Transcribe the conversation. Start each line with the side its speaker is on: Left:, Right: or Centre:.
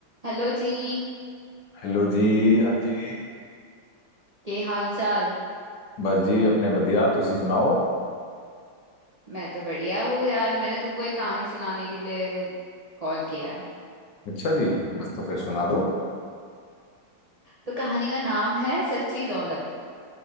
Right: Hello जी
Left: हेलो जी हाँ जी
Right: के हाल चाल
Left: बस जी अपने वधिया तुसी सुनाओ
Right: मैं तो बढ़िया हूँ यार मैंने तुमको एक कहानी सुनाने के लिए कॉल किया है
Left: अच्छा जी बस तो फिर सुना दो
Right: तो कहानी का नाम है सच्ची दौलत